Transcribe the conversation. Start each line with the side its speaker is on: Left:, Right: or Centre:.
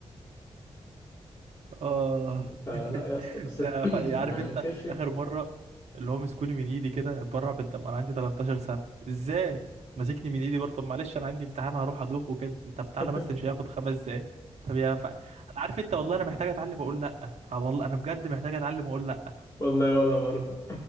Right: اه
Left: فلا
Right: <laughs>
Left: يا اسطى بس
Right: يا
Left: <coughs>
Right: ف- عارف
Left: <clears throat> ما
Right: انت
Left: ننكرش
Right: اخر مره اللي هو مسكوني من ايدي كده اتبرع بالدم انا عندي 13 سنه ازاي ماسكني من ايدي برضه طب معلش انا عندي امتحان هروح ادوخ وكده طب تعالى
Left: <laughs>
Right: بس مش هياخد خمس دقايق طب يا ف... انا عارف انت والله انا محتاج اتعلم اقول لا اه والله انا بجد محتاج اتعلم اقول لا
Left: والله ولا برضه